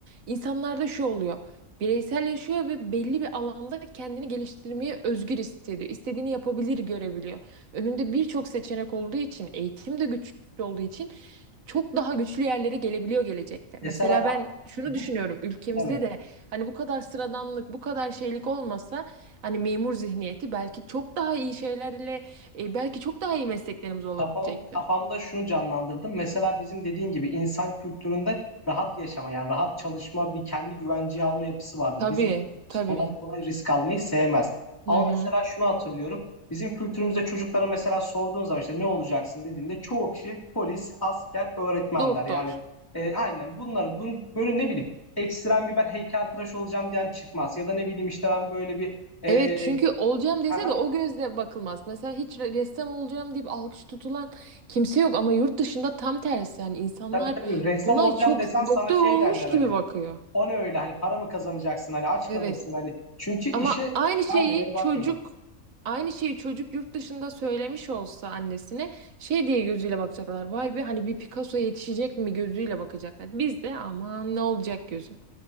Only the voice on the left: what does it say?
Mesela
bak
Hı
hı,
evet.
Kafam, kafamda şunu canlandırdım. Mesela bizim dediğin gibi insan kültüründe rahat yaşama yani rahat çalışma bir kendi güvenceye alma yapısı vardı.
Bizim kültürümüz
kolay kolay risk almayı sevmez.
Ama
mesela şunu hatırlıyorum. Bizim kültürümüzde çocuklara mesela sorduğun zaman işte ne olacaksın dediğinde çoğu kişi polis, asker, öğretmen
der. Yani e, aynen bunlar bu, böyle ne bileyim ekstrem bir ben heykeltıraş olacağım diyen çıkmaz. Ya da ne bileyim işte ben böyle bir e,
aha,
tabii tabii ressam
olacağım
desen sana
şey
derler
hani.
O ne öyle hani para mı kazanacaksın hani aç
kalırsın hani çünkü
işe
aynen öyle bakmıyorlar.